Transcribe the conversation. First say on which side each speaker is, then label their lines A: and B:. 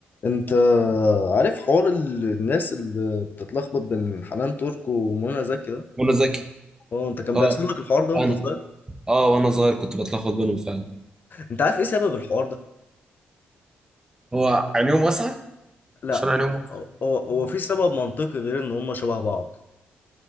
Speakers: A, on the left (about 50°); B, on the right (about 15°).
A: انت عارف حوار ال- الناس اللي بتتلخبط بين حنان ترك ومنى زكي ده
B: منى زكي
A: اه انت كان
B: اه
A: بيحصل لك الحوار ده وانت
B: انا
A: صغير
B: اه وانا صغير كنت بتلخبط بينهم فعلا
A: انت عارف ايه سبب الحوار ده
B: هو عينيهم واسعة
A: لا
B: عشان عينيهم واسعة
A: هو هو هو في سبب منطقي غير ان هم شبه بعض